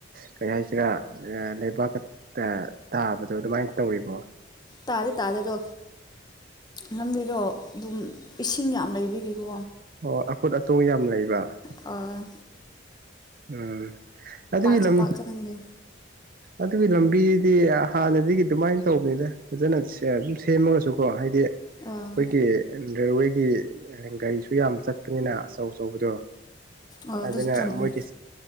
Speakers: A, on the right (about 45°); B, on the left (about 20°).
A: ꯀꯔꯤ ꯍꯥꯏꯁꯤꯔꯥ ꯂꯩꯕꯥꯛꯀꯛꯇ ꯇꯥꯕꯗꯣ ꯑꯗꯨꯃꯥꯏꯅ ꯇꯧꯔꯤꯕꯣ
B: ꯇꯥꯗꯦ ꯇꯥꯗꯦꯗꯣ ꯂꯝꯕꯤꯗꯣ ꯑꯗꯨꯝ ꯏꯁꯤꯡ ꯌꯥꯝ ꯂꯩꯕꯤꯒꯤꯀꯣ
A: ꯑꯣ ꯑꯀꯨꯠ ꯑꯇꯣꯡ ꯌꯥꯝ ꯂꯩꯕ
B: ꯑ
A: ꯑ ꯑꯗꯨꯒꯤ
B: ꯆꯠ
A: ꯂꯝ
B: ꯄꯥꯛ ꯆꯠꯅꯤꯡꯗꯦ
A: ꯑꯗꯨꯒꯤ ꯂꯝꯕꯤꯗꯨꯗꯤ ꯍꯥꯟꯅꯗꯒꯤ ꯑꯗꯨꯃꯥꯏꯅ ꯇꯧꯕꯅꯤꯗ ꯐꯖꯅ ꯑꯗꯨꯝ ꯁꯦꯝꯃꯒꯁꯨꯀꯣ ꯍꯥꯏꯗꯤ ꯑꯩꯈꯣꯏꯒꯤ
B: ꯑꯥ
A: ꯔꯦꯜꯋꯦꯒꯤ ꯒꯥꯔꯤꯁꯨ ꯌꯥꯝ ꯆꯠꯄꯅꯤꯅꯁ ꯑꯆꯧ ꯑꯆꯧꯕꯗꯣ
B: ꯑꯣ
A: ꯑꯗꯨꯅ
B: ꯑꯗꯨꯁꯨ ꯆꯨꯝꯃꯦ
A: ꯃꯣꯏꯒꯤ